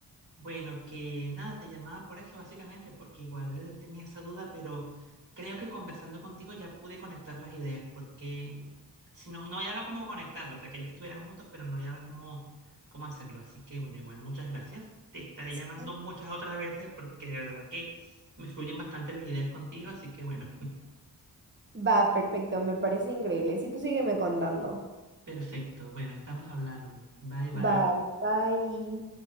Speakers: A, on the right; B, on the right.
A: Bueno, que nada, te llamaba por eso básicamente, porque igual tenía esa duda, pero creo que conversando contigo ya pude conectar las ideas, porque si no, no hallaba cómo conectarlo. O sea, quería que estuvieran juntos, pero no hallaba cómo, cómo hacerlo. Así que bueno, igual muchas gracias. Te estaré
B: Sí.
A: llamando muchas otras veces porque de verdad que me fluyen bastante las ideas contigo, así que bueno.
B: Va, perfecto, me parece increíble. Si tú sígueme contando.
A: Perfecto, bueno, estamos hablando. Bye bye.
B: Vale, bye.